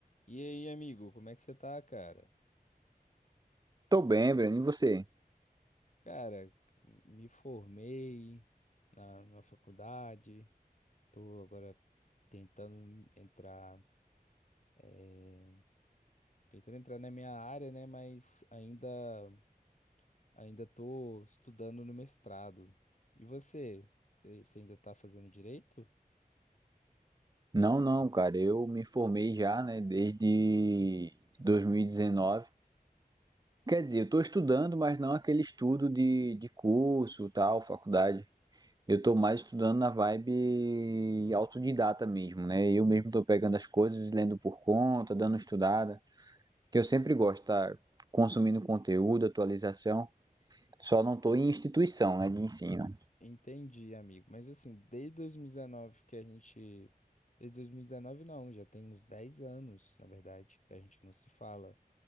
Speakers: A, on the left; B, on the right.
A: E aí, amigo, como é que você tá, cara?
B: Tô bem, Breno, e você?
A: Cara, me formei na, na faculdade, tô agora tentando entrar, eh, tentando entrar na minha área, né? Mas ainda, ainda tô estudando no mestrado. E você? Você você ainda tá fazendo direito?
B: Não, não, cara, eu me formei já, né, desde 2019. Quer dizer, eu tô estudando, mas não aquele estudo de, de curso, tal, faculdade. Eu tô mais estudando na vibe autodidata mesmo, né? Eu mesmo tô pegando as coisas, lendo por conta, dando estudada, que eu sempre gosto, tá? Consumindo conteúdo, atualização. Só não tô em instituição, né, de ensino.
A: Entendi, amigo. Mas assim, desde 2019 que a gente. Desde 2019, não, já tem uns 10 anos, na verdade, que a gente não se fala.